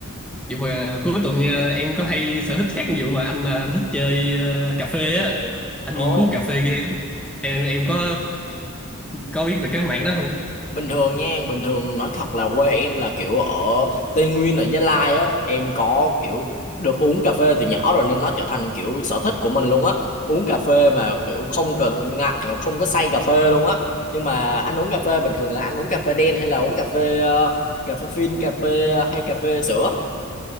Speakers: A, in the centre; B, on the left (about 35°).
A: Vậy mà cuối tuần ờ, em có hay sở thích khác ví dụ mà anh ờ, anh thích chơi ờ, cà phê á, anh
B: ồ
A: nghiên cứu cà phê ghê lắm. Em em có có biết về cái mạng đó không?
B: Bình thường nha, bình thường nói thật là quê em là kiểu ở Tây Nguyên ở Gia Lai á, em có kiểu được uống cà phê từ nhỏ rồi nên nó trở thành kiểu sở thích của mình luôn á. Uống cà phê mà kiểu không cần ngại mà không có say cà phê luôn á. Nhưng mà anh uống cà phê bình thường là anh uống cà phê đen hay là uống cà phê ờ, cà phê phin, cà
A: Ừ.
B: phê ờ, hay cà phê sữa?